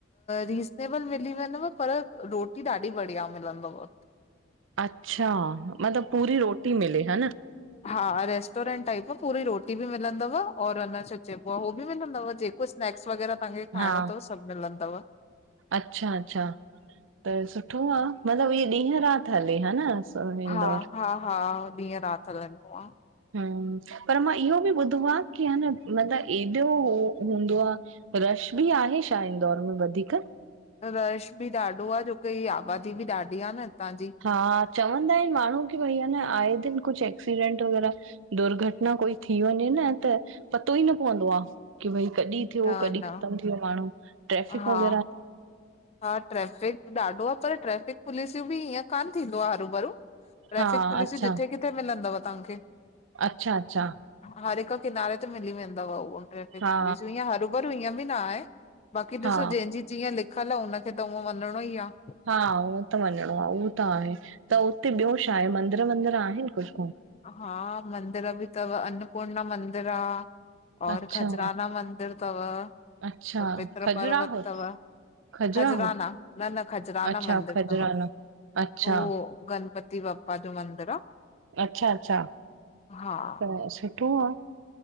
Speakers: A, on the left (about 35°); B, on the right (about 80°).
A: रिज़नेबल मिली वेंदव पर रोटी ॾाढी बढ़िया मिलंदव।
B: अच्छा, मतिलब पूरी रोटी मिले हन?
A: हा रेस्टोरेंट टाइप आ, पूरी रोटी बि मिलंदव और हन छा चइबो आ हो बि मिलंदव जे कुछ स्नेक्स व़गैरह तहांखे खाइणो
B: हा
A: तव सब मिलंदव।
B: अच्छा, अच्छा त सुठो आ, मतलबु इहे ॾींहं रात हले, हा न। इंदौर
A: हा हा हा ॾींहं रात हलंदो आ।
B: हम्म, पर मां इहो बि ॿुधो आ कि हा न मतिलबु एॾो हूंदो आ रश बि आहे शा इंदौर में वधीक?
A: रश बि ॾाढो आ, जो कि आबादी बि ॾाढी आ न हितां जी।
B: हा, चवंदा आहिनि माण्हू की भई आए दिन कुछ एक्सीडेंट वग़ैरह दुर्घटना कोई थी वञे न त पतो ई न पवंदो आ कि भई कॾहिं
A: न
B: थियो, कॾहिं
A: न
B: ख़तमु थी वियो माण्हू ट्रैफिक
A: हा
B: वग़ैरह
A: हा ट्रैफिक ॾाढो आ पर ट्रैफिक पुलिस बि, ईअं कान थींदो आ हरु भरु। ट्रेफिक
B: हा
A: पुलिसूं
B: अच्छा
A: जिथे किथे मिलंदव तहांखे।
B: अच्छा अच्छा।
A: हर हिकु किनारे ते मिली वेंदव उहो ट्रैफिक
B: हा
A: पुलिसुं, हरूभर हिंअं बि न आहे बाक़ि
B: हा
A: ॾिसो जंहिंजी जिअं लिखियलु हुनखे त उंअ वञिणो ई आ।
B: हा हू त वञिणो आ, उहो त आहे, त हुते ॿियो छा आहे, मंदिर वंदिर आहिन कुछ?
A: हा मंदिर बि थव, अन्नपूर्णा मंदिर आ और
B: अच्छा
A: खजराना मंदिर थव
B: अच्छा
A: और पित्र
B: खजुराहो
A: पर्वत थव
B: खजुराहो
A: खजराना, न न खजराना
B: अच्छा
A: मंदिर
B: खजुरानो
A: थव,
B: अच्छा
A: उहो गणपति बाप्पा जो मंदिर आ।
B: अच्छा अच्छा।
A: हा।
B: त सुठो आ।